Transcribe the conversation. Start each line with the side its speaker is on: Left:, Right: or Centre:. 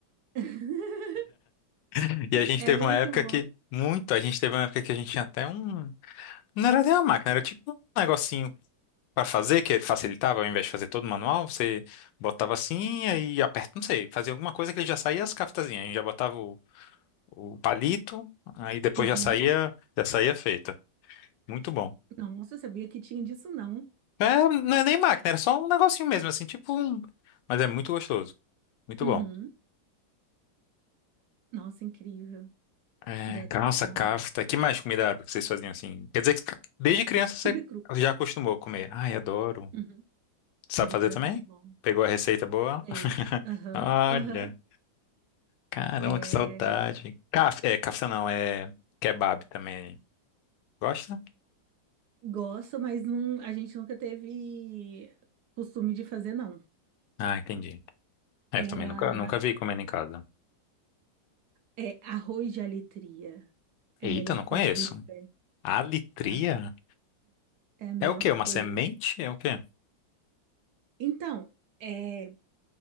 Right: <laughs>
Left: <laughs> E a gente
Right: É
Left: teve
Right: muito
Left: uma época
Right: bom.
Left: que. Muito. A gente teve uma época que a gente tinha até um. Não era nem uma máquina, era tipo um negocinho pra fazer, que facilitava, ao invés de fazer todo manual, você botava assim e aí aperta, não sei, fazia alguma coisa que ele já saía as caftazinhas. A gente já botava o, o palito, aí depois
Right: Uhum.
Left: já saía, já saía feita. Muito bom.
Right: Nossa, eu sabia que tinha disso, não.
Left: É, não é nem máquina, era só um negocinho mesmo, assim, tipo um. Mas é muito gostoso, muito
Right: Uhum.
Left: bom.
Right: Nossa, incrível.
Left: É,
Right: Deu até
Left: calça,
Right: fome.
Left: kafta. Que mais comida árabe que vocês faziam assim? Quer dizer que desde criança você
Right: Quibe cru.
Left: já acostumou a comer. Ai, adoro.
Right: Uhum.
Left: Sabe
Right: Quibe
Left: fazer
Right: cru
Left: também?
Right: é tão bom.
Left: Pegou a receita boa?
Right: Sei.
Left: <laughs>
Right: Aham,
Left: Olha,
Right: aham.
Left: caramba,
Right: É,
Left: que saudade. Kaf, é, kafta não, é kebab também. Gosta?
Right: gosto, mas não, a gente nunca teve costume de fazer, não.
Left: Ah, entendi. É,
Right: Era
Left: eu também nunca, nunca vi comendo em casa.
Right: É arroz de alitria. É
Left: Eita,
Right: a melhor
Left: não conheço.
Right: coisa do universo.
Left: Alitria?
Right: A- É a melhor
Left: É o quê? Uma
Right: coisa.
Left: semente? É o quê?
Right: Então, é,